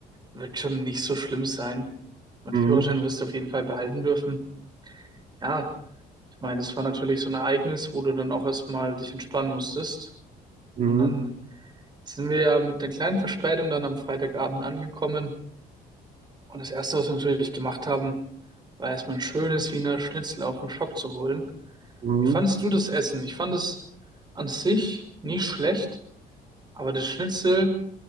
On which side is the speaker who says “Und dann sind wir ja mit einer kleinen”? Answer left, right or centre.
Right